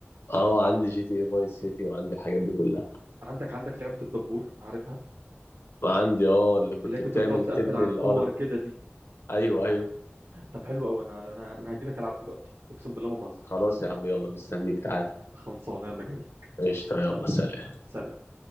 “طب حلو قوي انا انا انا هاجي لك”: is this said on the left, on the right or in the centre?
Right